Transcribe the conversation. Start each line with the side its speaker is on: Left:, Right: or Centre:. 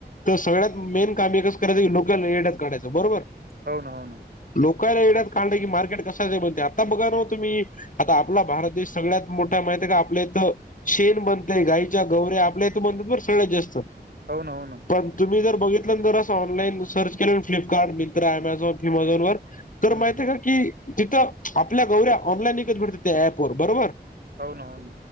Left: तर सगळ्यांत मेन काम एकच करायचं की लोकाला यड्यात काढायंच बरोबर.
Right: होना होना
Left: लोकांला येड्यात काढलं की मार्केट कशाच बनते आता बघा नव तुम्ही आता आपला भारत देश सगळ्यात मोठा माहित आहे का, आपल्या इथं शेण बनतेय गाईच्या गौवऱ्या आपल्या इथं बनतात बर सगळ्यात जास्त,
Right: हो ना होना
Left: पण तुम्ही जर बघित तर असं ऑनलाईन सर्च केलं फ्लिपकार्ट मित्र अमेझॉन फिमझॉन वर. तर
Right: हम्म
Left: माहित
Right: हम्म.
Left: आहे का की तिथं आपल्या गौऱ्या ऑनलाई इकत भेटतात त्या ऍपवर बरोबर,
Right: होन होन